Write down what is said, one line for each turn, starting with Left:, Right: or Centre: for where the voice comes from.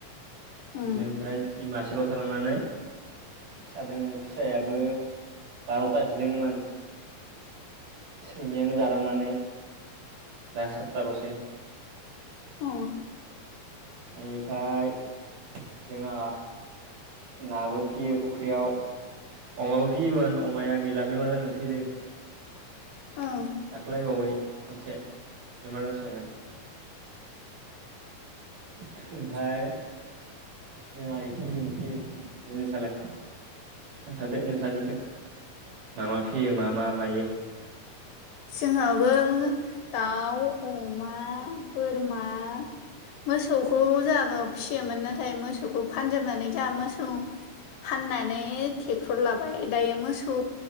Left: अ
Right: बेनिफ्राय मासेल' थालांनानै फिसा दोङो फिसायाबो बार'तासो दोंमोन सैमायानो जालांनानै दा सातताल'सै
Left: अ
Right: इनिफाय जोंहा नाबो फियो फुख्रियाव अमाबो फियोमोन अमाया गैला बेमार जानानै थैदो
Left: ओं
Right: दाख्लैबावै खनसे बेमार जासावनायाव <unintelligible> ओमफाय जोंहा इखिनिखोनो फियो <unintelligible> नोंसालाय खोन्थादो नोंसानिखो मा मा फियो मा मा मायो
Left: जोंहाबो दाउ अमा बोरमा मोसौखौ जोंआगो फिसियोमोन नाथाय मोसौखौ फानजोबनानै जा मोसौ फाननानै थेक्टर लाबाय दायो मोसौ